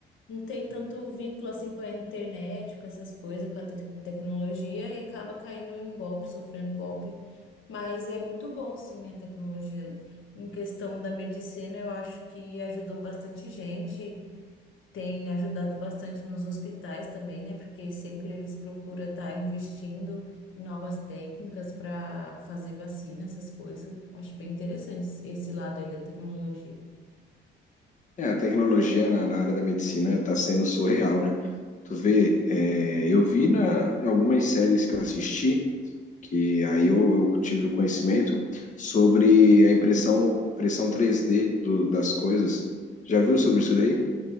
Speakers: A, on the left; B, on the left.
A: não tem tanto vínculo assim com a internet, com essas coisas, com a te- tecnologia e acaba caindo em golpe, sofrendo golpe. Mas é muito bom, sim, a tecnologia. Em questão da medicina, eu acho que ajudou bastante gente tem ajudado bastante nos hospitais também, né? Porque sempre eles procuram estar investindo em novas técnicas para fazer vacina, essas coisas. Acho bem interessante esse esse lado aí da tecnologia.
B: É, a tecnologia na, na área da medicina tá sendo surreal, né? Tu vê, é, eu vi na, em algumas séries que eu assisti, que aí eu, eu tive o conhecimento sobre a impressão, impressão três d do- das coisas. Já viu sobre isso daí?